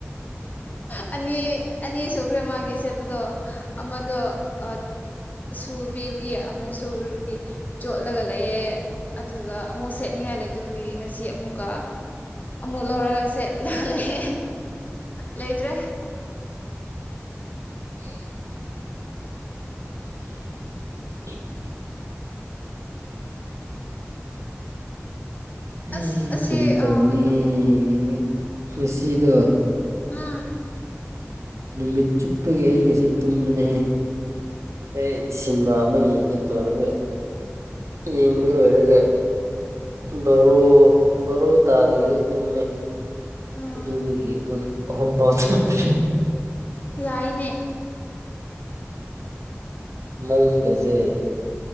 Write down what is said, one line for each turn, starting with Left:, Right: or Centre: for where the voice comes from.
Left: ꯑꯅꯤ ꯑꯅꯤ ꯁꯨꯈ꯭ꯔꯦ ꯃꯥꯒꯤ ꯁꯦꯠꯕꯗꯣ ꯑꯃꯗꯣ ꯑ ꯁꯨꯕꯤꯕꯒꯤ ꯑꯃꯨꯛ ꯁꯨꯕꯒꯤ ꯆꯣꯠꯂꯒ ꯂꯩꯌꯦ ꯑꯗꯨꯒ ꯑꯃꯨꯛ ꯁꯦꯠꯅꯤꯡꯉꯥꯏ ꯂꯩꯇꯕꯒꯤ ꯉ ꯁꯤ ꯑꯃꯨꯛꯀ ꯑꯃꯨꯛ ꯂꯧꯔꯒ ꯁꯦꯂ ꯂꯩꯌꯦ ꯂꯩꯇ꯭ꯔꯦ
Right: <inaudible> <inaudible> ꯑꯦ
Left: ꯑꯁ ꯑꯁꯤ
Right: ꯀꯔꯤ ꯇꯧꯒꯅꯤ
Left: ꯑꯥ ꯀꯩꯅꯣ
Right: ꯉ ꯉꯁꯤꯗꯣ
Left: ꯎꯝ
Right: ꯅꯨꯃꯤꯠ ꯆꯨꯞꯄꯒꯤ ꯑꯩ ꯉꯁꯤ ꯇꯨꯝꯕꯅꯦꯍꯦ ꯑꯩ ꯁꯤꯟꯃꯥ ꯑꯃ ꯌꯦꯡꯒꯦ ꯇꯧꯔꯒ ꯌꯦꯡꯕ ꯂꯣꯏꯔꯒ ꯕꯥꯔꯣ ꯕꯥꯔꯣ ꯇꯥꯗ꯭ꯔꯤꯉꯩꯗꯩ ꯇꯨꯝꯃꯦ
Left: ꯎꯝ
Right: ꯑꯗꯨꯗꯒꯤ ꯄꯨꯡ ꯑꯍꯨꯝꯐꯥꯎ ꯇꯨꯝꯃꯦ
Left: ꯌꯥꯏꯅꯦ
Right: ꯃꯪꯒꯖꯦ